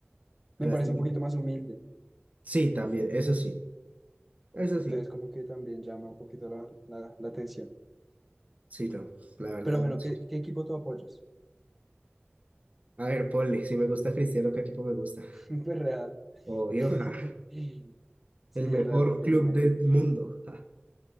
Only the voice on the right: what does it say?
Lástima.
Sí, también, eso sí, eso
sí.
Sí, no, la verdad.
Messi.
A ver, ponle, si me gusta Cristiano, ¿qué equipo me gusta?
Obvio,
ja,
el mejor
club
del mundo, ja,